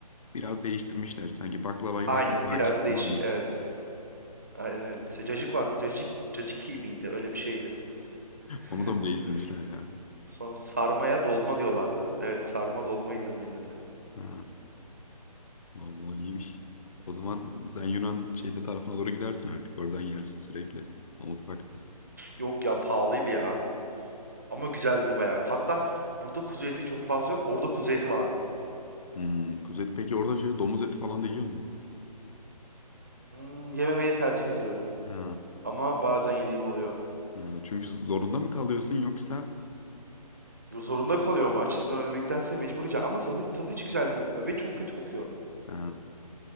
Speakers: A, on the left (about 60°); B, on the right (about 25°).
A: Biraz değiştirmişler. Sanki baklavayı
B: Aynen
A: baklava
B: biraz
A: ki
B: değişik
A: falan mı?
B: evet. Aynen öyle. Mesela cacık vardı. Cacık caciki miydi? Öyle bir şeydi.
A: Onu
B: <laughs>
A: da mı değiştirmişler ya?
B: Sonra sarmaya dolma diyorlardı. Evet sarma dolmaydı menüde.
A: Ha, vallahi iyiymiş. O zaman sen Yunan şeyli tarafına doğru gidersin artık. Oradan yersin sürekli. O mutfak.
B: Yok ya pahalıydı ya. Ama güzeldi bayağı. Hatta burada kuzu eti çok fazla yok. Orada kuzu eti vardı.
A: Hmm, kuzu eti. Peki orada şey domuz eti falan da yiyor musun?
B: Hmm, yememeyi tercih ediyorum.
A: Ha,
B: Ama bazen yediğim oluyor.
A: ha, çünkü zorunda mı kalıyorsun yoksa?
B: Zorunda kalıyorum açlıktan ölmektense mecbur yiyeceğim. Ama tadı, tadı hiç güzel değil ve çok kötü kokuyor.
A: Ha,